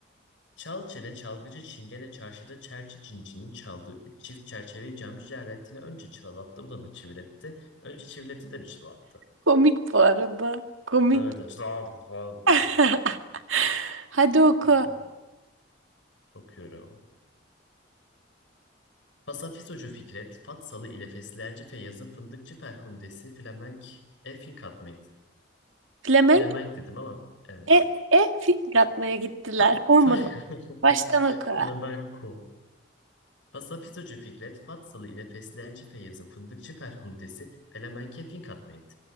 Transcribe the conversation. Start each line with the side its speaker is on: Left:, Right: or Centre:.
Left: Çal çene çalgıcı çingene çarşıda çerçi cincinin çaldığı üç çift çerçeveyi camcı cerretine önce çalalattı bu da mı çiviletti? Önce çiviletti de mi çalattı?
Right: Komik bu arada. Komik.
Left: Evet çalattı. falan böyle.
Right: <laughs> Hadi oku.
Left: Kötü. Okuyorum. Pasafisocu Fikret, Fatsalı ile Fesleğenci Feyyaz'ın Fındıkçı Ferhundesi Flemenk e Finkat mı
Right: Flemenk
Left: Flemenk dedim ama evet.
Right: e, e fil atmaya gittiler.
Left: Fa
Right: Olmadı.
Left: fa <laughs>
Right: Baştan oku.
Left: Flamenco. Pasafisocu Fikret, Fatsalı ile Fesleğenci Feyyaz'ın Fındıkçı Ferhundesi Flemenk'e Finkat mı